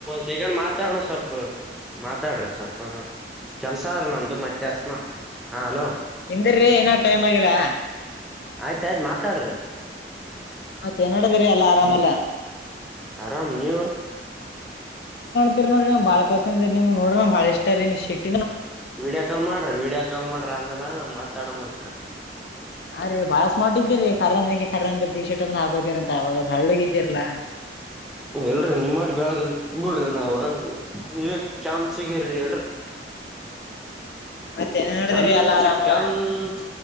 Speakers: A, in the centre; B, on the left (about 60°).
A: ಶಗಣ ಮಾತಾರಣ ಸಪ್ಪ ಮಾತಾಡ್ರಿ ಸ್ವಲ್ಪ ಹ ಕೆಲ್ಸ ಆದ್ರ ನಂತ ಮತ್ತಸ್ನತ್ರಿ ಹಾ ಅಲೋ
B: ಹಿಂದಿರ್ರಿ ಏನ ಟೈಮ್ ಆಗಿರಾ
A: ಆಯ್ತಾಯಯ್ತು ಮಾತಾಡ್ರಿ
B: ಮತ್ತೆ ಏನಡದ್ರೀ ಅಲ್ಲಾ ಆರಾಮಲ್ಲಾ
A: ಆರಾಮ ನೀೂರ್
B: ನೋಡ್ರ ನ ಬಾಳ ಪಸಂದ್ ನಿಮ ನೋಡ ಬಾಳ ಇಷ್ಟಾರ ರ ಶೀಟ್
A: ವೀಡಿಯೋ ಕಾಲ್ ಮಾಡ್ರಿ ವೀಡಿಯೋ ಕಾಲ್ ಮಾಡ್ರಿ ಆಮೇಲೆ ಮಾತಾಡಂತ್ರಿ
B: ಅ ರೀ ಬಾಳ ಸ್ಮಾರ್ ಇದೀರಿ ಖರನ್ ಖರ ಅಂದ ಟಿ ಶರ್ಟ್ ಅದನ್ನ ಹಾಕೋತೀರ ಅಂತ ಅವಾಗ ಬಾಳುೋಗಿದ್ದಿರಲಾ
A: ಇಲ್ರಿ ನಿಮ್ ಮಾಡಿ ಬೆಳಗೆಲ್ ಬಿಡ್ರಿ ನಾವವು ನೀವ ಚನ್ ಸಿಗಿರಿ
B: ಮತ್ತೇನ್ ನಡದದ್ರಿ
A: ಕೆನ್ಸ
B: ಎಲ್ಲಾ ಆರಾಮ
A: ಕನ್ಸ